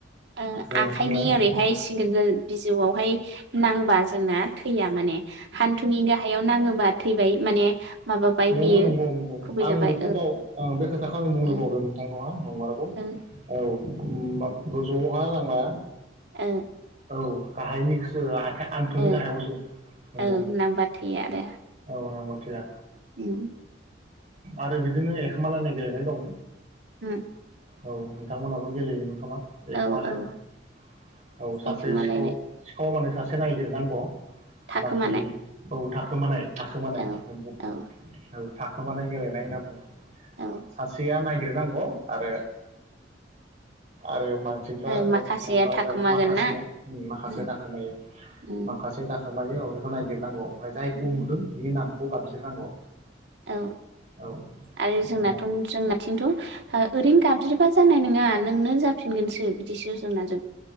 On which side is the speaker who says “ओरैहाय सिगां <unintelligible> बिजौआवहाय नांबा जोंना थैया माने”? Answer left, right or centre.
Right